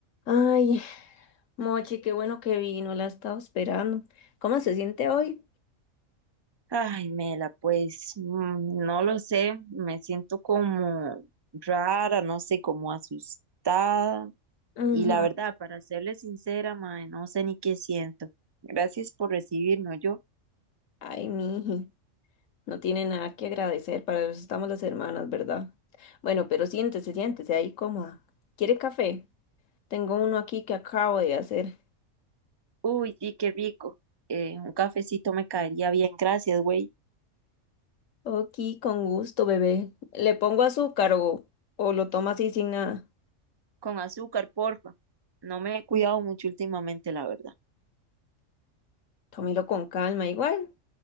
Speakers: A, on the left; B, on the right.
A: Ay, Mochi, qué bueno que vino, la estaba esperando. ¿Cómo se siente hoy?
B: Ay, Mela, pues mm, no lo sé, me siento como rara, no sé, como asustada.
A: Ujú.
B: Y la verdad, para serle sincera, mae, no sé ni qué siento. Gracias por recibirme, yo.
A: Ay, miji, no tiene nada que agradecer, para eso estamos las hermanas, ¿verdad? Bueno, pero siéntese, siéntese ahí cómoda. ¿Quiere café? Tengo uno aquí que acabo de hacer.
B: Uy, sí, qué rico. Eh, un cafecito me caería bien, gracias, güey.
A: Ok, con gusto, bebé. ¿Le pongo azúcar o, o lo toma así sin nada?
B: Con azúcar, porfa. No me he cuidado mucho últimamente, la verdad.
A: Tómelo con calma, igual.